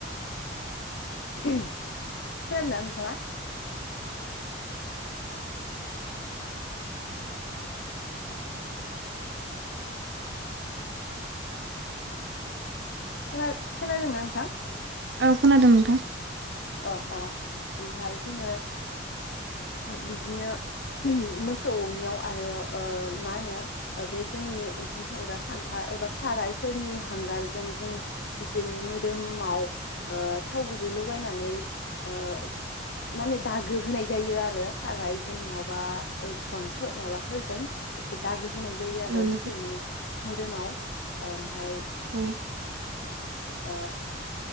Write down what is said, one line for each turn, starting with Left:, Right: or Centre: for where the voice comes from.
Left: खोनादोंदा नोंथाङा? खोना खोनादोंना नोंथां?
Right: औ खोनादों नोंथां।
Left: अ अ ओमफ्राय जोङो बिदिनो मोसौनियाव आरो ओ मा होनो बे जोंनि ओंखाम संग्रा खान्था एबा सारायफोरनि हांगारजों जों बिसोरनि मोदोमाव ओ थाव गुबै लगायनानै ओ माने दागो होनाय जायो आरो थारायजों नङाबा गन माबाफोरजों एसे दागो हो होनाय जायो आरो
Right: औ नोंथां
Left: मोसौनि मोदोमाव ओमफाय
Right: उम।
Left: ओ